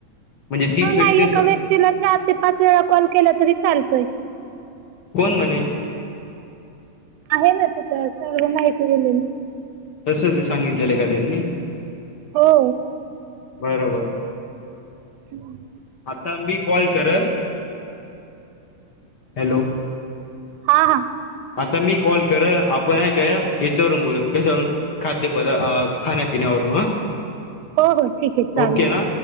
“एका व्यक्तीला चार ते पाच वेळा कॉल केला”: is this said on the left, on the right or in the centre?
Right